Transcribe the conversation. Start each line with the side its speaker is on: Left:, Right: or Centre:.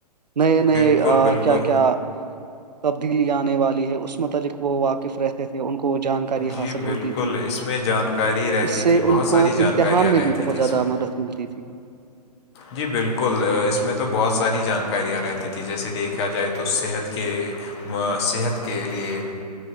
Right: نئے نئے
Left: بالکل بالکل
Right: کیا کیا تبدیلی آنے والی ہے اس متعلق وہ واقف رہتے تھے ان کو وہ جانکاری
Left: جی
Right: حاصل
Left: بالکل
Right: ہوتی تھی
Left: اس میں جانکاری رہتی
Right: اس سے
Left: تھی
Right: ان
Left: بہت ساری
Right: کو
Left: جانکاریاں
Right: حان میں
Left: رہتی
Right: بھی بہت
Left: تھی
Right: زیادہ
Left: اس میں
Right: مدد ملتی تھی
Left: جی بالکل اس میں تو بہت ساری جانکاریاں رہتی تھیں جیسے دیکھا جائے تو صحت کے صحت کے لیے